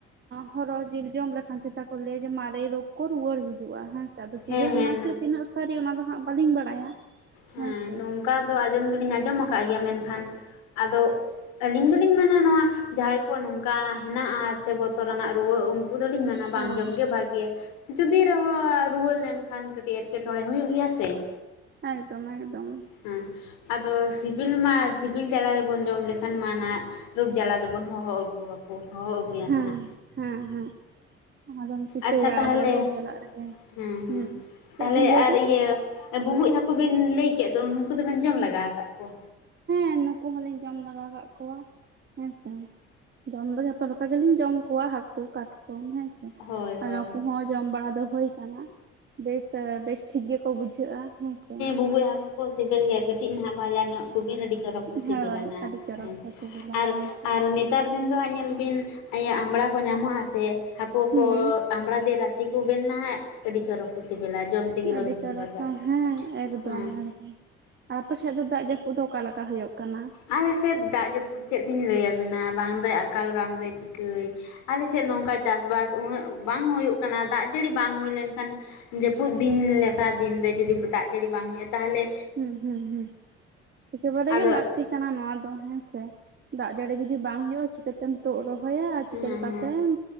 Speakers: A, on the right (about 30°); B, on the left (about 65°).
A: ᱦᱚᱨᱚ ᱡᱤᱞ ᱡᱚᱢ ᱞᱮᱠᱷᱟᱱ ᱪᱮᱛᱟ ᱠᱚ ᱞᱟᱹᱭᱟ ᱡᱮ ᱢᱟᱨᱮ ᱨᱳᱜᱽ ᱠᱚ ᱨᱩᱣᱟᱹᱲ ᱦᱤᱡᱩᱜᱼᱟ ᱦᱮᱸ ᱟᱫᱚ ᱛᱤᱱᱟᱹᱜ
B: ᱦᱮᱸ ᱦᱮᱸ
A: ᱱᱟᱥᱮ ᱛᱤᱱᱟᱹᱜ ᱥᱟᱹᱨᱤ ᱚᱱᱟ ᱫᱚ ᱦᱟᱸᱜ ᱵᱟᱹᱞᱤᱧ ᱵᱟᱲᱟᱭᱟ
B: ᱦᱮᱸ
A: ᱦᱮᱸᱥᱮ
B: ᱱᱚᱝᱠᱟ ᱫᱚ ᱟᱸᱡᱚᱢ ᱫᱚ ᱞᱤᱧ ᱟᱸᱡᱚᱢ ᱟᱠᱟᱫ ᱜᱮᱭᱟ ᱢᱮᱱᱠᱷᱟᱱ ᱟᱫᱚ ᱟᱹᱞᱤᱧ ᱫᱚᱞᱤᱧ ᱢᱮᱱᱟ ᱱᱚᱣᱟ ᱡᱟᱦᱟᱸᱭ ᱠᱚᱣᱟᱜ ᱱᱚᱝᱠᱟ ᱦᱮᱱᱟᱜᱼᱟ ᱥᱮ ᱵᱚᱛᱚᱨᱟᱱᱟᱜ ᱨᱩᱣᱟᱹ ᱩᱱᱠᱩ ᱫᱚᱞᱤᱧ ᱢᱮᱱᱟ, ᱵᱟᱝ
A: ᱦᱳᱭ
B: ᱡᱚᱢ ᱜᱮ ᱵᱷᱟᱜᱮᱭᱟ ᱡᱩᱫᱤ ᱨᱮᱦᱚᱸ ᱨᱩᱣᱟᱹᱲ ᱞᱮᱱᱠᱷᱟᱱ ᱠᱟᱹᱴᱤᱡ ᱮᱸᱴᱠᱮᱴᱬᱮ ᱦᱩᱭᱩᱜ ᱜᱮᱭᱟ ᱥᱮ ᱾
A: ᱦᱮᱸ‌ ᱫᱚᱢᱮᱫ ᱟᱜᱫᱚᱢ
B: ᱦᱮᱸ ᱟᱫᱚ ᱥᱤᱵᱤᱞ ᱢᱟ, ᱥᱤᱵᱤᱞ ᱡᱟᱞᱟ ᱨᱮᱵᱚᱱ ᱡᱚᱢ ᱞᱮᱠᱷᱟᱱ ᱢᱟ ᱱᱟ ᱨᱳᱜᱽ ᱡᱟᱞᱟ ᱫᱚᱵᱚᱱ ᱦᱚᱦᱚ ᱟᱹᱜᱩᱣᱟᱠᱚ ᱦᱚᱦᱚ ᱟᱹᱜᱩᱭᱟ
A: ᱦᱮᱸ
B: ᱱᱟᱦᱜ,
A: ᱦᱮᱸ ᱦᱮᱸ ᱟᱫᱚᱢ ᱪᱤᱠᱟᱹᱭᱟ
B: ᱟᱪᱪᱷᱟ ᱛᱟᱦᱚᱞᱮ
A: ᱟᱫᱚ ᱞᱳᱠ ᱡᱟᱞᱟᱜ ᱨᱮᱜᱮ
B: ᱦᱮᱸ
A: ᱦᱩᱸ
B: ᱦᱮᱸ
A: ᱪᱮᱫ
B: ᱛᱟᱦᱞᱮ
A: ᱵᱤᱱ ᱞᱟᱹᱭ
B: ᱟᱨ
A: ᱮᱫᱟ
B: ᱤᱭᱟᱹ ᱵᱩᱵᱩᱡ ᱦᱟᱹᱠᱩ ᱵᱤᱱ ᱞᱟᱹᱭ ᱠᱮᱫ ᱫᱚ ᱩᱱᱠᱩ ᱫᱚᱵᱮᱱ ᱡᱚᱢ ᱞᱮᱟᱜᱟᱶ ᱟᱠᱟᱫ ᱠᱚᱣᱟ?
A: ᱦᱸ ᱱᱩᱠᱩ ᱦᱚᱞᱤ ᱡᱚᱢ ᱞᱮᱜᱟᱣ ᱠᱟᱜ ᱠᱚᱣᱟ, ᱦᱮᱸᱥᱮ ᱡᱚᱢ ᱫᱚ ᱡᱷᱚᱛᱚ ᱞᱮᱠᱟ ᱜᱮᱧ ᱡᱚᱢ ᱠᱚᱣᱟ ᱦᱟᱹᱠᱩ ᱠᱟᱴᱠᱚᱢ ᱦᱮᱸᱥᱮ
B: ᱦᱳᱭ
A: ᱟᱫᱚ
B: ᱦᱳᱭ
A: ᱱᱩᱠᱩ ᱦᱚᱸ, ᱡᱚᱢ ᱵᱟᱲᱟ ᱫᱚ ᱦᱳᱭ ᱠᱟᱱᱟ, ᱵᱮᱥ ᱵᱮᱥ ᱴᱷᱤᱠ ᱜᱮᱠᱚ ᱵᱩᱡᱷᱟᱹᱜᱼᱟ ᱦᱮᱸᱥᱮ ᱾
B: ᱵᱩᱢᱵᱩᱡ ᱦᱟᱠᱳ ᱠᱚ ᱥᱤᱵᱤᱞ ᱜᱮᱭᱟ ᱠᱟᱹᱴᱤᱡ ᱱᱟᱦᱟᱜ ᱵᱷᱟᱡᱟ ᱧᱚᱜ ᱠᱚᱵᱤᱱ ᱟᱹᱰᱤ ᱡᱚᱨᱚᱠ ᱠᱚ ᱥᱤᱵᱤᱞ
A: ᱦᱳᱭ
B: ᱟ ᱱᱦᱟᱜ
A: ᱟᱹᱰᱤ ᱪᱚᱨᱚᱠ
B: ᱦᱮᱸ
A: ᱠᱚ ᱥᱤᱵᱤᱞᱟ
B: ᱟᱨ
A: ᱦᱮᱸ ᱥᱮ
B: ᱟᱨ ᱱᱤᱛ ᱱᱮᱛᱟᱨ ᱫᱤᱱ ᱫᱚ ᱦᱟᱸᱜ ᱧᱮᱞ ᱵᱤᱱ, ᱤᱭᱟᱹ ᱟᱢᱲᱟ ᱠᱚ ᱧᱟᱢᱚᱜᱼᱟ ᱥᱮ, ᱦᱟᱹᱠᱩ
A: ᱦᱩᱸ
B: ᱠᱚ ᱟᱢᱲᱟ ᱫᱮ ᱨᱟᱥᱮ ᱛᱩᱵᱮᱱ ᱱᱟᱦᱟᱜ ᱟᱹᱰᱤ ᱪᱚᱨᱚᱠ ᱠᱚ ᱥᱤᱵᱤᱞᱟ, ᱡᱚᱢ ᱛᱮᱜᱮ
A: ᱟᱹᱰᱤ
B: ᱵᱟᱝᱵᱤᱱ
A: ᱪᱟᱨᱠ
B: ᱵᱷᱟᱜᱟᱜᱼᱟ
A: ᱦᱮᱸ, ᱮᱠᱫᱚᱢ
B: ᱦᱮᱸ
A: ᱟᱨ ᱟᱯᱮ ᱥᱮᱫ ᱫᱚ ᱫᱟᱜ ᱡᱟᱹᱯᱩᱫ ᱫᱚ ᱚᱠᱟᱞᱮᱠᱟ ᱦᱩᱭᱩᱜ ᱠᱟᱱᱟ?
B: ᱟᱞᱮᱥᱮᱫ ᱫᱟᱜ ᱡᱟᱹᱯᱩᱫ ᱪᱮᱫ ᱞᱤᱧ ᱞᱟᱹᱭᱟᱵᱮᱱᱟ, ᱵᱟᱝᱫᱚ ᱟᱠᱟᱞ, ᱵᱟᱝ ᱫᱚᱭ, ᱪᱤᱠᱟᱹᱭ ᱟᱞᱮ ᱥᱮᱫ ᱱᱚᱝᱠᱟ ᱪᱟᱥᱵᱟᱥ ᱩᱱᱟᱹᱜ ᱵᱟᱝ ᱦᱩᱭᱩᱜ ᱠᱟᱱᱟ, ᱫᱟᱜ ᱡᱟᱹᱲᱤ ᱵᱟᱝ ᱦᱩᱭ ᱞᱮᱱᱠᱷᱟᱱ ᱡᱟᱹᱯᱩᱫ ᱫᱤᱱ ᱞᱮᱠᱟ ᱫᱤᱱᱨᱮ ᱡᱩᱫᱤ ᱫᱟᱜ ᱡᱟᱹᱲᱤ ᱵᱟᱝ ᱦᱩᱭᱩᱜᱼᱟ, ᱛᱟᱦᱚᱞᱮ
A: ᱦᱩᱸ ᱦᱩᱸ ᱦᱩᱸ, ᱮᱠᱮᱵᱟᱰᱟ
B: ᱟᱫᱚ
A: ᱜᱮ
B: ᱦᱮᱸ
A: ᱞᱟᱹᱠᱛᱤ ᱠᱟᱱᱟ ᱱᱚᱣᱟ ᱫᱚ ᱦᱮᱸᱥᱮ ᱾ ᱫᱟᱜ ᱡᱟᱹᱲᱤ ᱡᱩᱫᱤ ᱵᱟᱝ ᱦᱩᱭᱩᱜᱼᱟ, ᱪᱤᱠᱟᱹᱛᱮᱢ ᱛᱩᱫ ᱨᱚᱦᱚᱭᱟ ᱟᱨ ᱪᱤᱠᱟᱹ
B: ᱦᱮᱸ
A: ᱞᱮᱠᱟᱛᱮᱢ